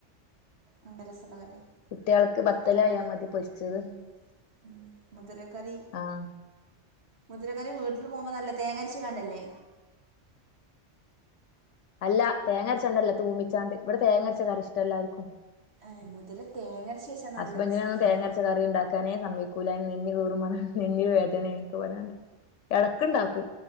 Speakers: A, on the right; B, on the left.
A: നല്ല രസള്ള കറി
B: കുട്ടികൾക്ക് ബത്തലായാൽ
A: വീട്ടിലോവുമ്പം
B: മതി പൊരിച്ചത്
A: ഉം ഉം മുതിരക്കറി
B: ആഹ്
A: മുതിരക്കറി വീട്ടിൽ പോകുമ്പോല്ലേ തേങ്ങരച്ച്ങ്ങാണ്ടല്ലേ
B: അല്ല തേങ്ങരച്ചാണ്ടല്ല തൂമിച്ചാണ്ട് ഇവടെ തേങ്ങരച്ച കറി ഇഷ്ടം എല്ലാർക്കും
A: ആഹ് മുതിരത് തേങ്ങരച്ച് വെച്ചാ നല്ല
B: ഹസ്ബന്റിനൊന്നും
A: രസാണല്ലോ
B: തേങ്ങരച്ച് ക്കറി ണ്ടാക്കാനേ സമ്മയ്ക്കൂല അയിന് നെഞ്നീറും പറഞ്ങ്ങാണ്ട് നെഞ് വേദനേ ഒക്കെ പറ് പർഞ്ഞ്ങ്ങാണ്ട് എടക്ക് ണ്ടാക്കും